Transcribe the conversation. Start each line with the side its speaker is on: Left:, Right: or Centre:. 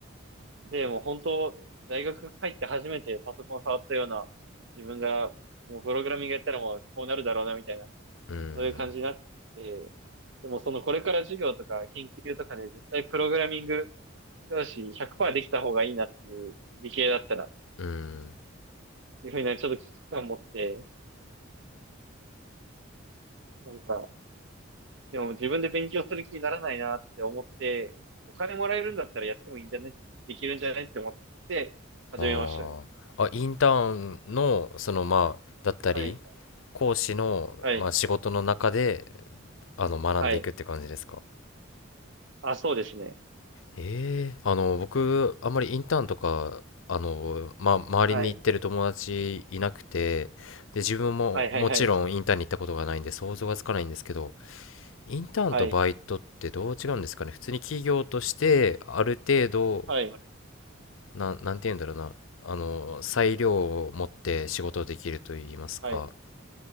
Right: で、もう本当、大学入って初めてパソコン触ったような、自分が、もうプログラミングやったらもうこうなるだろうな、みたいな、
Left: うーん、
Right: そういう感じになって、でもそのこれから授業とか研究とかで絶対プログラミング教師100%できた方がいいなっていう理系だったら、
Left: うーん。
Right: いうふうにちょっと危機感持って、なんか、でも自分で勉強する気にならないなって思って、お金もらえるんだったらやってもいいんじゃねできるんじゃねって思って始めましたね。
Left: あー。あ、インターンの、その、まあ、だったり、
Right: はい。
Left: 講師の、
Right: はい。
Left: まあ、仕事の中で、あの、学んでいくって感じですか
Right: はい。あ、そうですね。
Left: ええあの、僕、あんまりインターンとか、あの、まあ、周りに行ってる友達いなくて、
Right: はい。
Left: で、自分ももちろんインターンに行ったことがないんで想像がつかないんですけど、
Right: はいはいはい。
Left: インターンとバイトってどう違うんですかね。
Right: はい。
Left: 普通に企業として、ある程度、
Right: はい。あれ、
Left: なん、なんて言うんだろうな、あの、裁量を持って仕事できると言いますか、
Right: はい。